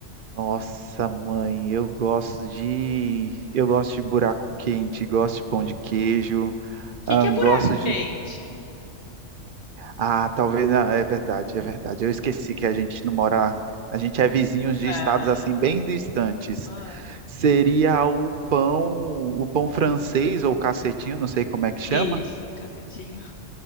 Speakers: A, on the right; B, on the left.
A: Nossa, mãe, eu gosto de eu gosto de buraco quente, gosto de pão de queijo,
B: O que
A: ah,
B: que é
A: gosto
B: buraco
A: de
B: quente?
A: Ah, talvez, ah, é verdade, é verdade. Eu esqueci que a gente não mora, a gente é vizinhos de
B: Ah,
A: estados assim bem distantes.
B: ah,
A: Seria o pão, o pão francês ou cacetinho, não sei como é que chama,
B: isso, cacetinho.